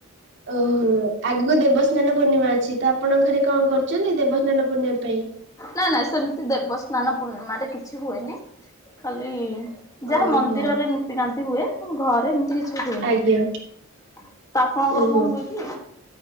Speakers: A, on the right (about 55°); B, on the left (about 15°).
A: ଓହୋ ଆଗକୁ ଦେବସ୍ନାନ ପୂର୍ଣ୍ଣିମା ଅଛି ତ ଆପଣଙ୍କ ଘରେ କଣ କରୁଛନ୍ତି ଦେବସ୍ନାନ ପୂର୍ଣ୍ଣିମା ପାଇଁ?
B: ନାନା ସେମିତି ଦେବସ୍ନାନ ପୂର୍ଣ୍ଣିମାରେ କିଛି ହୁଏନି ଖାଲି,
A: ଓହୋ
B: ଯାହା ମନ୍ଦିରରେ ନିନ୍ତିକାନ୍ତି ହୁଏ ତ ଘରେ ଏମିତି କିଛି। କିଛି ହୁଏନି
A: ଆଜ୍ଞା
B: ତ ଆପଣଙ୍କର
A: ଓହୋ
B: କଣ ହୁଏ? କି?